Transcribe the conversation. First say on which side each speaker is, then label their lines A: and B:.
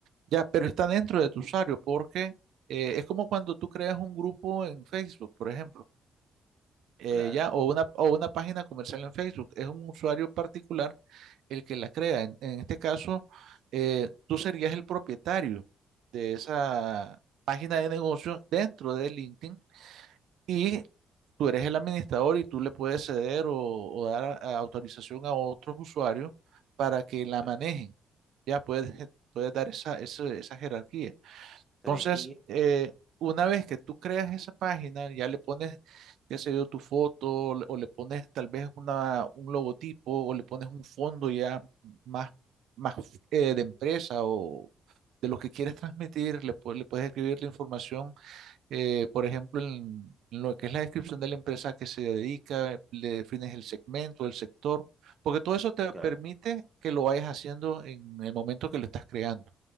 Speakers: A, on the right (about 75°); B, on the right (about 15°).
A: ya, pero está dentro de tu usuario porque eh, es como cuando tú creas un grupo en Facebook, por ejemplo, eh,
B: Claro,
A: ya, o una, o una página comercial en Facebook, es un usuario particular el que la crea. En, en este caso, eh, tú serías el propietario de esa página de negocio dentro de LinkedIn y tú eres el administrador y tú le puedes ceder o, o dar a- autorización a otros usuarios para que la
B: claro,
A: manejen. Ya puedes, puedes dar esa, esa, esa jerarquía.
B: está
A: Entonces,
B: bien. Y,
A: eh, una vez que tú creas esa página, ya le pones, qué sé yo, tu foto o le o le pones tal vez una, un logotipo o le pones un fondo ya más, más eh, de empresa o de lo que quieres transmitir, le, pu- le puedes escribir la información eh, por ejemplo, en lo que es la descripción de la empresa que se dedica, le defines el segmento, el sector, porque todo eso te
B: claro,
A: permite que lo vayas haciendo en el momento que lo estás creando.